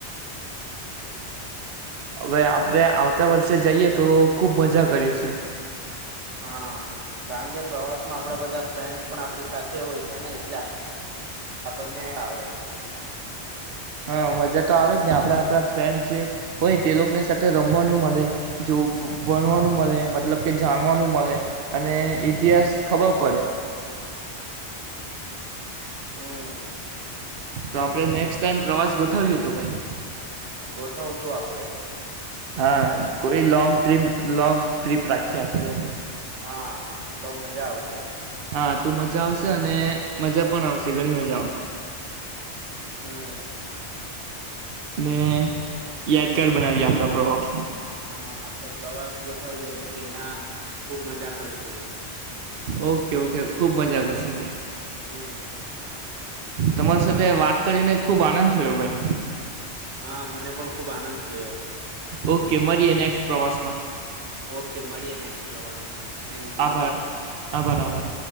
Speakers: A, on the right (about 60°); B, on the right (about 85°).
A: હવે આપણે આવતા વર્ષે જઈએ તો ખુબ મજા કરીશું.
B: હા કારણ કે પ્રવાસમાં આપણા બધાં ફ્રેન્ડસ પણ આપણી સાથે હોય છે ને એટલે આપણને આવે
A: હા મજા તો આવે જ ને આપણા આપણા ફ્રેન્ડ જે હોય તે લોકોની સાથે રમવાનું મલે, જો ભણવાનું મલે મતલબ કે જાણવાનું મલે. અને ઇતિહાસ
B: હમ
A: ખબર પડે <inaudible>
B: હમ
A: તો આપણે નેક્સ્ટ ટાઈમ પ્રવાસ ગોઠવ્યું તો ભાઈ
B: ગોઠવશું આપણે
A: હા કોઈ લોંગ ટ્રિમ લોંગ ટ્રીપ રાખીએ આપણે હવે
B: હા તો મજા આવશે.
A: હા તું મજા આવશે અને મજા પણ આવશે ઘણી મજા આવશે.
B: હમ
A: ને યાદગાર બનાવીએ આપણા પ્રવાસ ને
B: હહ આપણે પ્રવાસ ગોઠવીએ અને તેના ખુબ મજા કરશું.
A: ઓકે ઓકે ખુબ મજા કરશું ભાઈ
B: હમ
A: તમારી સાથે વાત કરીને ખુબ આનંદ થયો ભાઈ
B: હા મને પણ ખુબ આનંદ થયો.
A: ઓકે મળીએ નેક્સ્ટ પ્રવાસમાં.
B: ઓકે મળીએ નેક્સ્ટ પ્રવાસમાં થેન્ક યુ
A: આભાર આભાર આભાર